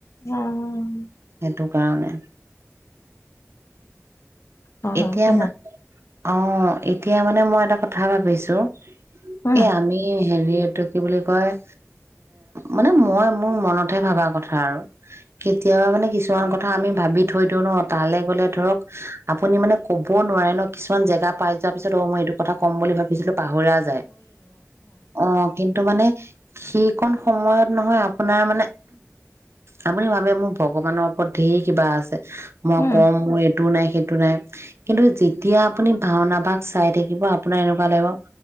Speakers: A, on the left; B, on the right.
A: উম উম
B: সেইটো কাৰণে
A: অ হয়
B: এতিয়া
A: স
B: অ এতিয়া মানে মই এটা কথা ভাবিছোঁ
A: উম
B: এ আমি হেৰি এইটো কি বুলি কয় এ মানে মই মোৰ মনতহে ভবা কথা আৰু কেতিয়াবা মানে কিছুমান কথা আমি ভাবি থৈ দিওঁ ন তালৈ গলে ধৰক আপুনি মানে ক'বও নোৱাৰে ন কিছুমান জেগা পাই যোৱাৰ পিছত অ মই এইটো কথা ক'ম বুলি ভাবিছিলো পাহৰা যায় অ কিন্তু মানে সেইকন সময়ত নহয় আপোনাৰ মানে আপুনি ভাবে মোৰ ভগৱানৰ ওপৰত ধঢেৰ কিবা আছে মই
A: উম
B: কম মোৰ এইটো নাই সেইটো নাই কিন্তু যেতিয়া আপুনি ভাওনা ভাগ চাই থাকিব আপোনাৰ এনেকুৱা লাগিব